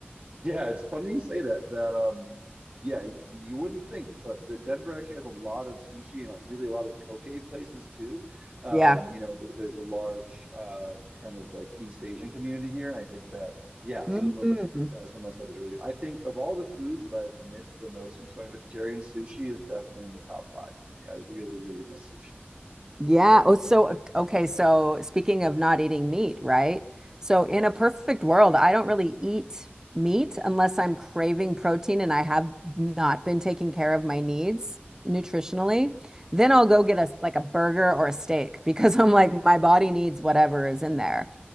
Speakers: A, on the right; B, on the right.
A: Yeah, it's funny you say that. That um, yeah, y- you wouldn't think, but the Denver actually has a lot of sushi and uh, really a lot of poke places too. Um,
B: Yeah.
A: you know, th there's a large uh kind of like East Asian community here, and I think that yeah,
B: Mhm.
A: some of that some of that stuff is really good. I think of all the foods that I've missed the most since going vegetarian, sushi is definitely in the top five for me. I really, really miss sushi.
B: Yeah. Oh, so uh, okay. So speaking of not eating meat, right? So in a perfect world, I don't really eat meat unless I'm craving protein and I have not been taking care of my needs nutritionally. Then I'll go get a like a burger or a steak <laughs> because I'm like my body needs whatever is in there.